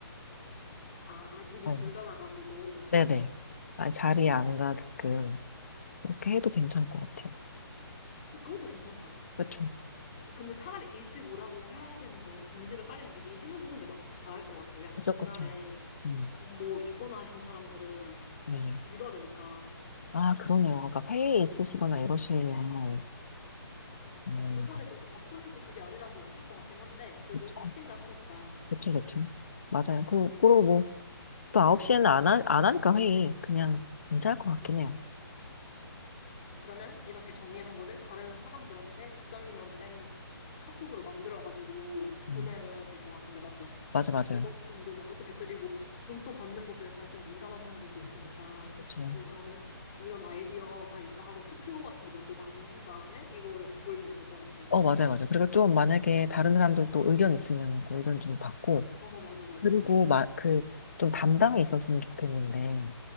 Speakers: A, on the left; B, on the left.
A: 아, 미리
B: 네,
A: 불러놔가지고.
B: 네네. 아, 자리에 안 가게끔, 그렇게 해도 괜찮을 것 같아요.
A: 어, 그것도 괜찮다.
B: 그쵸.
A: 근데 차라리 일찍 오라고 해야 되는 거는 공지를 빨리 미리 해놓는 게 나, 나을 것 같아요. 약간
B: 그쵸,
A: 그날에
B: 그쵸. 음,
A: 어, 뭐 있거나 하신 사람들은
B: 네.
A: 미뤄야 되니까.
B: 아, 그러네요. 그러니까 회의 있으시거나 이러시면, 음,
A: 요번에 그렇게 바쁜 그게 아니라서 없을 것 같긴 한데 그래도
B: 그쵸,
A: 혹시나 하니까.
B: 그쵸, 그쵸. 맞아요. 그, 그리고 뭐, 또 9시에는 안, 하, 안 하니까 회의. 그냥 괜찮을 것 같긴 해요.
A: 그러면 이렇게 정리한 거를 다른 사람들한테 부장님만 뺀그 카톡으로 만들어가지고 보내야
B: 음,
A: 될 것 같은데, 맞죠?
B: 맞아, 맞아요.
A: 이것 정도만, 어차피 그리고 돈 또 걷는 것도 약간 좀 민감한 사람들도 있으니까
B: 그쵸, 그쵸.
A: 우선은 이런 아이디어가 있다 하고 투표 같은 거 먼저 만든 다음에 이거 이렇게 보여주면 될 것 같아요.
B: 어, 맞아요, 맞아요. 그리고 좀 만약에 다른 사람들도 의견 있으면 또 의견 좀 받고,
A: 어, 맞아, 맞아.
B: 그리고 마, 그, 좀 담당이 있었으면 좋겠는데,